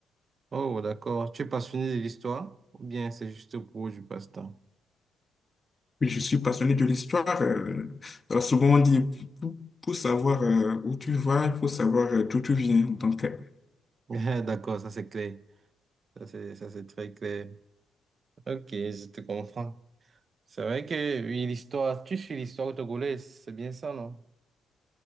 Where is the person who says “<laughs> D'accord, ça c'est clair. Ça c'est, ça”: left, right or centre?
Right